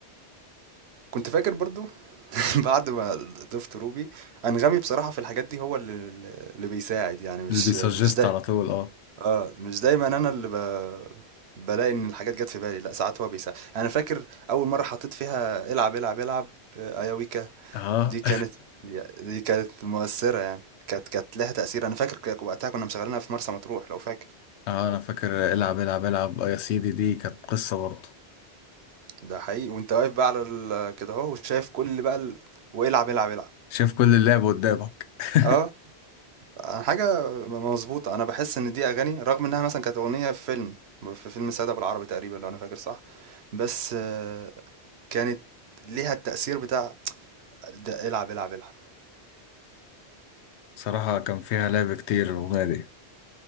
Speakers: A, on the right; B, on the left.
A: كنت فاكر برضو <laughs> بعد ما ضفت روبي انغامي بصراحة في الحاجات دي هو اللي اللي بيساعد يعني مش
B: اللي بيسجست
A: مش ده
B: على طول اه
A: اه مش دايما انا اللي ب... بلاقي ان الحاجات جت في بالي لا ساعات هو بيساعد يعني انا فاكر اول مرة حطيت فيها العب العب العب آه، ايا ويكا
B: اه
A: دي
B: <laughs>
A: كانت دي كانت مؤثرة يعني كانت كانت لها تأثير أنا فاكر ك- وقتها كنا مشغلينها في مرسى مطروح لو فاكر
B: اه انا فاكر العب العب العب آه يا سيدي دي كانت قصة برضه
A: ده حقيقي وأنت واقف بقى على ال- كده أهو وشايف كل بقى ال... والعب العب العب
B: شايف كل اللعب قدامك <laughs>
A: اه أنا حاجة م- مظبوطة أنا بحس إن دي أغاني رغم إنها مثلا كانت أغنية في فيلم في فيلم سادة بالعربي تقريبا لو أنا فاكر صح بس آه، كانت ليها التأثير بتاع ده العب العب العب
B: صراحة كان فيها لعب كتير الأغنية دي